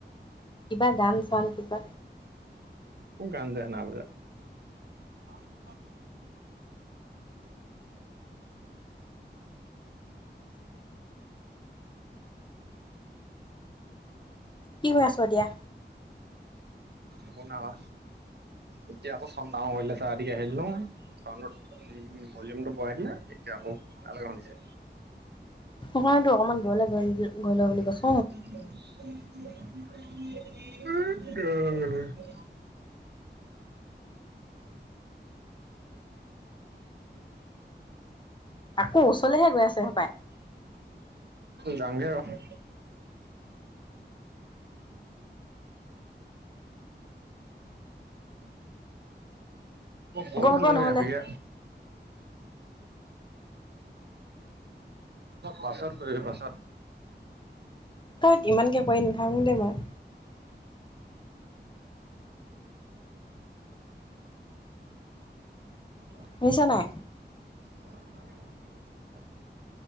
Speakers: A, on the left; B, on the right.
A: কিবা গান চান কিবা
B: গানযা নাবজা। <unintelligible>
A: কি হৈ আছ এতিয়া?
B: একো না কৰা। এতিয়া আকৌ চাইন্দ ডাঙৰ কৰিলে চা <unintelligible> চাউণ্ডত ভলিউমটো বঢ়াই দিলে এতিয়া আকৌ তালকে শুনিছে।
A: সেইকাৰণেটো অকমান দূৰলৈ গৈ গৈল' বুলি কৈছো।
B: <unintelligible>
A: আকৌ ওচৰলৈহে গৈ আছে হ'পাই।
B: জাঙগে আৰু। বল
A: হ'ব হ'ব
B: খেলোগে
A: নহ'লে
B: <unintelligible> অ'। পাছত কৰিবি পাছত।
A: <unintelligible> ইমানকে কৰি নাথাকো দেই মই।
B: <inaudible>
A: বুজিছা নাই।
B: <unintelligible>